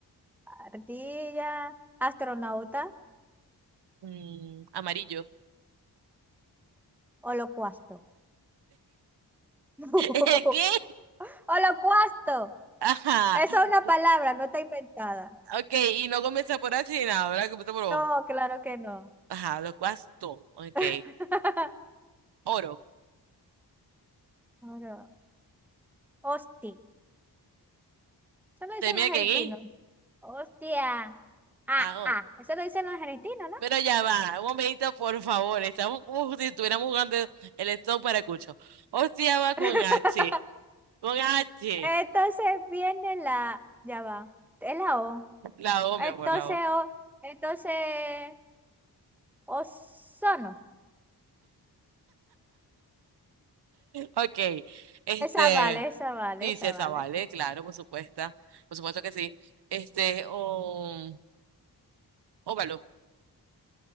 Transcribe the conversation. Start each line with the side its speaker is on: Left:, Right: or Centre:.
Centre: Ardilla, astronauta,
Right: Mm, amarillo.
Centre: holocausto. <laughs>
Right: <laughs> ¿Qué?
Centre: Holocausto.
Right: Ajá.
Centre: Esa es una
Right: Y-
Centre: palabra, no está inventada.
Right: Ok, y no comienza por H ni nada, ¿verdad? Comienza por O.
Centre: No, claro que no.
Right: Ajá, lo cual es todo. Ok.
Centre: <laughs>
Right: Oro.
Centre: Oro. Hostia. Eso lo dicen
Right: ¿Termina
Centre: los argentinos.
Right: que en I?
Centre: Hostia. Ah,
Right: Ah, oro.
Centre: ah. Eso lo dicen los argentinos, ¿no?
Right: Pero ya va, un momentito, por favor. Estamos como si estuviéramos jugando el stop para cucho. Hostia, va con
Centre: <laughs>
Right: H. Con H.
Centre: Entonces viene la. Ya va. Es la O.
Right: La O,
Centre: Entonces,
Right: mi amor, la O.
Centre: o, entonces, ozono.
Right: Ok. Este,
Centre: Esa vale, esa vale,
Right: dice
Centre: esa
Right: esa,
Centre: vale.
Right: ¿vale? Claro, por supuesto. Por supuesto que sí. Este, o óvalo.